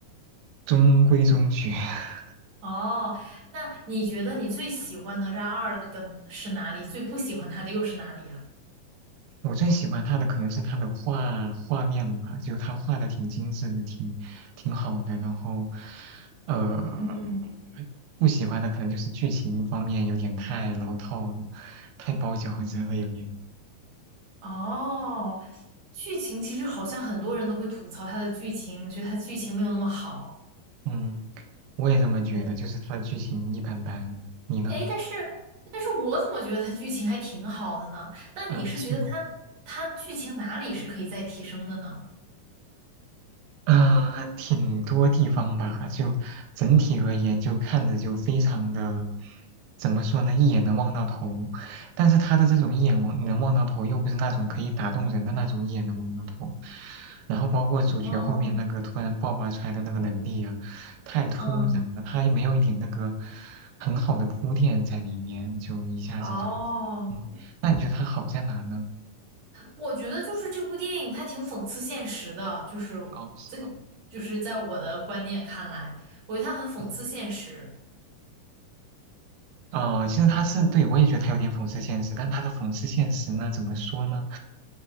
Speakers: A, on the right; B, on the right.
A: 中规中矩。<laughs>
B: 哦，那你觉得你最喜欢《哪吒二》的是哪里？最不喜欢它的又是哪里呀？
A: 我最喜欢他的可能是他的画画面吧，就他画的挺精致的，挺挺好的。然后，呃，
B: 嗯，
A: 不喜欢的可能就是剧情方面有点太老套了，太包饺子了，有点。
B: 哦，剧情其实好像很多人都会吐槽它的剧情，觉得它剧情没有那么好。
A: 嗯，我也这么觉得，
B: 对，
A: 就是他的剧情一般般。你呢？
B: 哎，但是但是我怎么觉得它剧情还挺好的呢？那你是觉得它它剧情哪里是可以再提升的呢？
A: 啊，是吗？啊，挺多地方吧，就整体而言，就看着就非常的，怎么说呢，一眼能望到头。但是他的这种一眼望能望到头，又不是那种可以打动人的那种一眼能望到头。然后包括主角后面那个突然爆发出来的那个能力啊，
B: 嗯
A: 太突然了，
B: 嗯。
A: 他也没有一点那个很好的铺垫在里面，就一下子就，
B: 哦，
A: 嗯，那你觉得他好在哪呢？
B: 我觉得就是这部电影它挺讽刺现实的，就是在
A: 哦，是吗？
B: 就是在我的观念看来，我觉得它很讽刺现实。
A: 嗯。哦，其实他是对我也觉得他有点讽刺现实，但他的讽刺现实呢，怎么说呢？